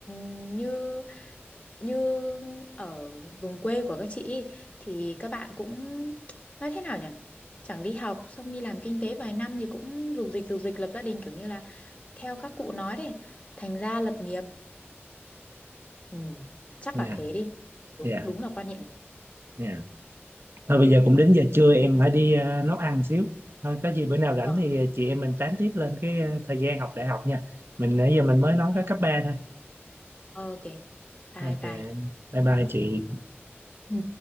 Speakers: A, on the left; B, on the right.
A: như như ở vùng quê của các chị ý, thì các bạn cũng nói thế nào nhỉ chẳng đi học xong đi làm kinh tế vài năm thì cũng rục dịch rục dịch lập gia đình kiểu như là theo các cụ nói đấy thành gia lập nghiệp ừ, chắc
B: dạ
A: là thế đi đúng
B: dạ
A: đúng là quan niệm
B: dạ thôi bây giờ cũng đến giờ trưa em phải đi ờ, nấu ăn xíu thôi có gì bữa nào rảnh
A: ờ
B: thì ờ, chị em mình tán tiếp lên cái ờ, thời gian học đại học nha mình nãy giờ mình mới
A: ok
B: nói có cấp ba thôi
A: ok bye
B: Thôi
A: bye
B: thì, ờ, dạ. bye bye chị
A: Ừ.